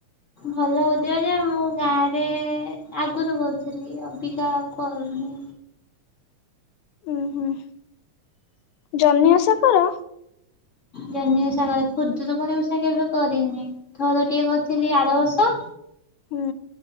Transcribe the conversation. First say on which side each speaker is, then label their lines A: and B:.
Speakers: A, on the left (about 40°); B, on the left (about 80°).
A: ଭଲ ହଉଥିବ ଯେ ମୁଁ ଗାଁରେ ଆଗରୁ ବହୁଥିଲି ଅବିକା କରୁନି।
B: ହୁଁ ହୁଁ ଜହ୍ନି ଓଷା କର।
A: ଜହ୍ନି ଓଷା କରେ। ଖୁଦୁରୁକୁଣି ଉଷା କେବେ କରିନି। ଥର ଟିଏ କରିଥିଲି ଆରବର୍ଷ।
B: ହୁଁ।